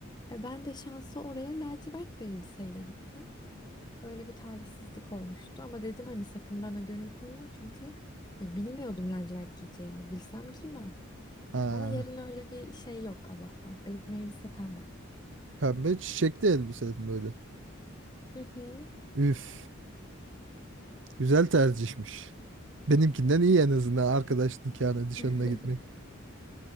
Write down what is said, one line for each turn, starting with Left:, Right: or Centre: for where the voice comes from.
Left: E, ben de şansa oraya lacivert bir elbiseyle gittim. Öyle bir talihsizlik olmuştu ama dedim hani sakın bana gönül koyma çünkü ya, bilmiyordum lacivert giyeceğini. Bilsem giymem.
Right: Ha,
Left: Ama yarın öyle bir şey yok Allah'tan. Benim elbise pembe.
Right: pembe çiçekli elbise böyle.
Left: Hı hı.
Right: Üf, güzel tercihmiş. Benimkinden iyi en azından arkadaş nikahına, nişanına
Left: <laughs>
Right: gitmek.